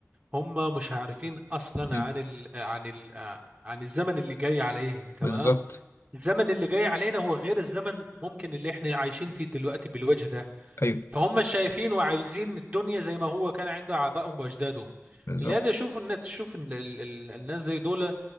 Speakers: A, on the right (about 30°); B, on the left (about 55°).
A: هم مش عارفين اصلا
B: مم،
A: عن ال عن ال عن الزمن اللي جاي عليهم تمام
B: بالظبط
A: الزمن اللي جاي علينا هو غير الزمن ممكن اللي احنا عايشين فيه دلوقتي بالوجه ده
B: ايوه
A: فهم شايفين وعايزين الدنيا زي ما هو كان عنده آبائهم واجدادهم
B: بالظبط
A: لهذا يشوف الناس تشوف ان ال- ال- الناس زي دول